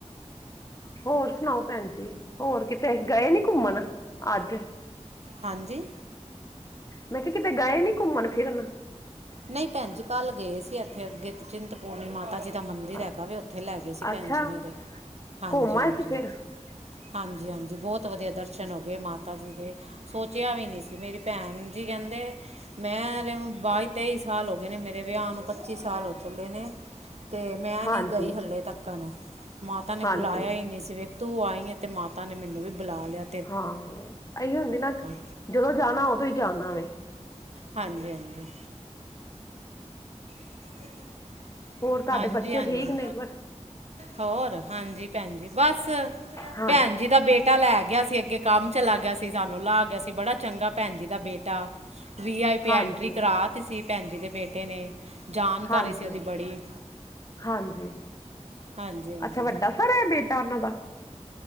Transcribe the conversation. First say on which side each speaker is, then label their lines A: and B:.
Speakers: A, on the left (about 30°); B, on the right (about 65°).
A: ਹੋਰ ਸੁਨਾਓ ਭੈਨ ਜੀ ਹੋਰ ਕਿਤੇ ਗਏ ਨੀ ਘੁੰਮਨ ਅੱਜ?
B: ਹਾਂਜੀ?
A: ਮੈਂ ਕਿਆ ਕਿਤੇ ਗਏ ਨੀ ਘੁੰਮਨ-ਫਿਰਨ।
B: ਨਈਂ ਭੈਨ ਜੀ ਕੱਲ ਗਏ ਹੋਏ ਸੀ ਏਥੇ ਅੱਗੇ ਤੇ ਚਿੰਤਪੂਰਨੀ ਮਾਤਾ ਜੀ ਦੇ ਦਾ ਮੰਦਿਰ
A: ਅੱਛਾ
B: ਹੈਗਾ ਵੀ ਓਥੇ ਲੈ ਗਏ ਸੀ ਭੈਨ
A: ਅੱਛਾ
B: ਜੀ ਮੇਰੇ, ਹਾਂਜੀ-ਹਾਂਜੀ।
A: ਘੁੰਮ ਆਏ ਸੀ ਫਿਰ
B: ਹਾਂਜੀ-ਹਾਂਜੀ ਬੋਤ ਵਦੀਆ ਦਰਸ਼ਨ ਹੋ ਗਏ ਮਾਤਾ ਜੀ ਦੇ। ਸੋਚਿਆ ਵੀ ਨੀ ਸੀ ਮੇਰੀ ਭੈਨ ਜੀ ਕੈਂਦੇ ਮੈਂਰੇ ਬਾਦ ਤੇਈ ਸਾਲ ਹੋ ਗਏ ਨੇ ਮੇਰੇ ਵਿਆਹ ਨੂੰ ਪੱਚੀ ਸਾਲ ਹੋ ਚੱਲੇ ਨੇ। ਤੇ ਮੈਂ
A: ਹਾਂਜੀ
B: ਨਈਂ ਗਈ ਹਲੇੇ ਤੱਕਨ ਮਾਤਾ ਨੇ
A: ਹਾਂਜੀ
B: ਬੁਲਾਏਆ ਈ ਨਈਂ ਸੀ ਵੇਖ ਤੂੰ ਆਈ ਐ ਤੇ ਮਾਤਾ ਨੇ ਮੈਨੂੰ ਵੀ ਬਲਾ ਲਿਆ।
A: ਹਾਂ ਏਈਓ ਹੁੰਦੀ ਨਾ।
B: ਹਾਂ
A: ਜਦੋਂ ਜਾਨਾ ਉਦੋਂ ਈ ਜਾਨਾ ਵੈ।
B: ਹਾਂਜੀ-ਹਾਂਜੀ। <inaudible>
A: ਹੋਰ ਤੁਆਡੇ
B: ਹਾਂਜੀ
A: ਬੱਚੇ
B: ਹਾਂਜੀ
A: ਠੀਕ ਨੇ, ਬਸ
B: ਹੋਰ, ਹਾਂਜੀ ਭੈਨ ਜੀ ਬਸ
A: ਹਾਂਜੀ
B: ਭੈਨ ਜੀ ਦਾ ਬੇ ਟਾ ਲੈ ਗਿਆ ਸੀ ਅੱਗੇ ਕੰਮ ਚਲਾ ਗਿਆ ਸੀ ਸਾਨੂੰ ਲਾ ਗਿਆ ਸੀ ਬੜਾ ਚੰਗਾ ਭੈਨ ਜੀ ਦਾ ਬੇਟਾ। ਵੀ ਆਈ ਪੀ
A: ਹਾਂਜੀ
B: ਐਂਟਰੀ ਕਰਾ ਤੀ ਸੀ ਭੈਣ ਜੀ ਦੇ ਬੇਟੇ ਨੇ, ਜਾਨਕਾਰੀ
A: ਹਾਂਜੀ
B: ਸੀ ੳਦੀ ਬੜੀ।
A: ਹਾਂਜੀ,
B: ਹਾਂਜੀ ਹਾਂਜੀ
A: ਅੱਛਾ ਵੱਡਾ ਸਾਰਾ ਏ ਬੇਟਾ ੳਨਾਂ ਦਾ?